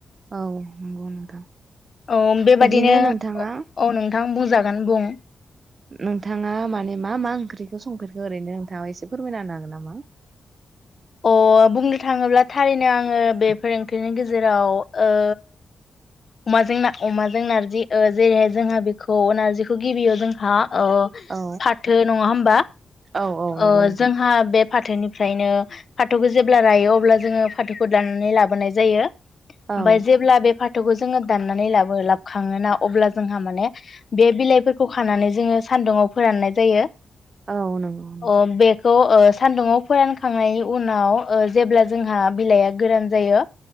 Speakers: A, on the right; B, on the left.
A: औ नंगौ नोंथां
B: औ बेबादिनो
A: बिदिनो नोंथाङा
B: औ नोंथां <unintelligible>
A: नोंथाङा माने मा मा ओंख्रिखौ संफेरखो ओरैनो नोंथाङा एसे फोरमायना होन हागोन नामा?
B: अ बुंनि थाङोब्ला थारैनो आङो बे फोरोंगिरिनि गे जेराव ओ अमाजों ना अमाजों नारजि ओ जेरैहाय जोंहा बेखौ नारजिखौ गिबियाव जोंहा ओ
A: औ
B: फाथो नङा होमबा
A: औ औ नंगौ
B: ओ
A: नोंथां
B: जोंहा बे फाथोनिफ्रायनो फाथोखौ जेब्ला रायो अब्ला जोङो फाथोखौ दाननानै लाबोनाय जायो। ओमफ्राय
A: औ
B: जेब्ला बे फा थौखौ जोङो दाननानै लाबो लाबखाङोना अब्ला जोंहा माने बे बिलाइफोरखौ खानानै जोङो सानदुुंङाव फोराननाय जायो।
A: औ नंगौ नोंथां
B: अ बेखौ ओ सानदुंङाव फोरानखांनायनि उनाव ओ जेब्ला जोंहा बिलाइआ गोरान जायो।